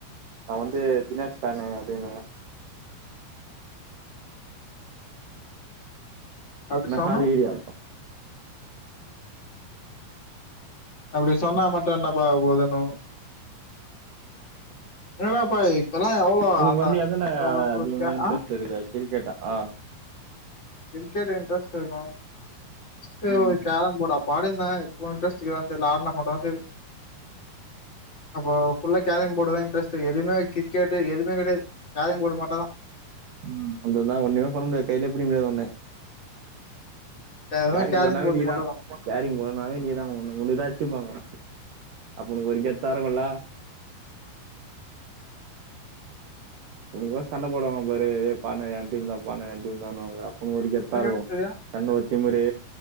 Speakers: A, on the right (about 70°); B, on the left (about 35°).
A: நா வந்து தினேஷ் ஃபேனுு அப்டின்னுவே
B: அப்டி
A: என்ன
B: சொன்னா
A: சாதிக்கிறியா
B: அப்டி சொன்னா மட்டு என்னப்பா ஆவ போதுன்னு என்னடா ப்பா இப்பல்லா எவ்ளோ <inaudible>
A: உனக்கு வந்து எதுல அதிகமா இன்ட்ரெஸ்ட்
B: ஆ
A: இருக்கு கிரிக்கெட்டா ஆ
B: கிரிக்கெட் இன்ட்ரெஸ்ட் அதிகோ நெக்ஸ்ட்டு
A: ம்
B: கேரம் போர்ட் அப் ப ஆடிந்தே இப்ப இன்ட்ரெஸ்ட் இருக்காதுன் தெர்ல ஆடுனா மட்டுந்தா தெரியு அப்ப ஃபுல்லா கேரெம் போர்டு தா இன்ட்ரெஸ்ட் எதுமே கிரிக்கெட்டு எதுமே கெடையாது கேரெம் போர்டு மட்டுந்தா
A: ம் அந்த தா ஒன்னுமே பண்ண முடியாது கைலே புடிக்க முடியாது ஒன்ன
B: டெய்லி
A: கேரிங்
B: கேலிங்
A: போட்டாவே
B: போர்டு
A: நீதா
B: மட்டுந்தா
A: கேரிங் போடுனாவே நீதா <unintelligible> ஒ ஒன்னுதா வச்சுப்பாங்க அப்ப ஒக்கு ஒரு கெத்தாருக்குல உனக்கு வேற சண்ட போடுவாங்க பாரு ஏ பா நா ஏ டீம் தான்பா ஏ டீம் தா னுவாங்களே அப்ப ஒரு கெத்தாருக்கு
B: உனக்கு எப்படி தெரியும்
A: கண்ணுல ஒரு திமிரு